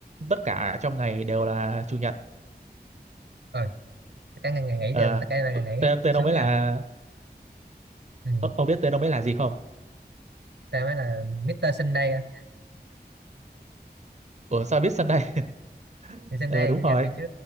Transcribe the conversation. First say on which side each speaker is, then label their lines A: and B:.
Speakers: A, on the right; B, on the right.
A: tất cả trong ngày đều là chủ nhật
B: rồi. ừ, tất cả ngày ngày nghỉ
A: Ờ,
B: đều tất cả ngày
A: t-
B: ngày nghỉ
A: tên tên
B: sướng
A: ông ấy
B: nha
A: là
B: ừ.
A: ờ, ông biết tên ông ấy là gì không
B: ta mới là Mr. Sunday á.
A: Ủa sao biết Sunday <laughs>
B: thì Sunday
A: ờ đúng
B: là
A: rồi
B: chủ nhật thôi chứ